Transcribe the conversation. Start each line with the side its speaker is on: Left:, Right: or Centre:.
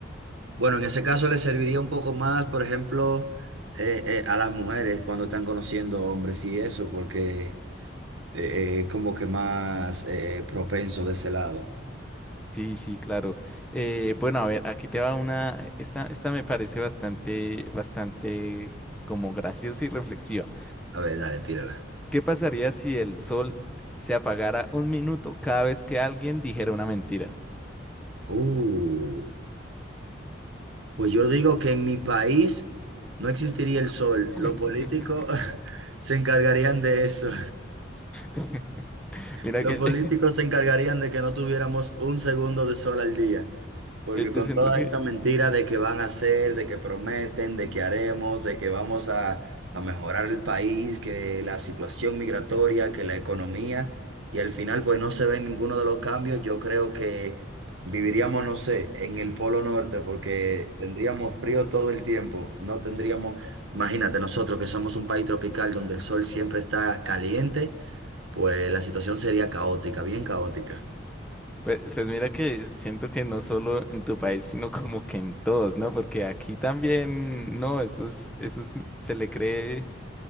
Right: Bueno, en ese caso le serviría un poco más, por ejemplo, eh, eh, a las mujeres cuando están conociendo hombres y eso, porque eh, eh, es como que más eh, propenso de ese lado.
Centre: Sí, sí, claro. Eh, bueno, a ver, aquí te va una, esta, esta me parece bastante, bastante como graciosa y reflexiva.
Right: A ver, dale, tírala.
Centre: ¿Qué pasaría si el sol se apagara un minuto cada vez que alguien dijera una mentira?
Right: Uh, pues yo digo que en mi país no existiría el sol.
Centre: <laughs>
Right: Los políticos <laughs> se encargarían de eso.
Centre: <laughs> Mira
Right: Los
Centre: que yo,
Right: políticos
Centre: <laughs>
Right: se encargarían de que no tuviéramos un segundo de sol al día, porque
Centre: yo
Right: con
Centre: siento
Right: toda
Centre: que,
Right: esa mentira de que van a hacer, de que prometen, de que haremos, de que vamos a, a mejorar el país, que la situación migratoria, que la economía, y al final pues no se ven ninguno de los cambios, yo creo que viviríamos, no sé, en el Polo Norte, porque tendríamos frío todo el tiempo, no tendríamos, imagínate nosotros que somos un país tropical donde el sol siempre está caliente pues la situación sería caótica, bien caótica.
Centre: pues, pues mira que siento que no solo en tu país, sino como que en todos, ¿no? Porque aquí también, no, eso es, eso es- se le cree,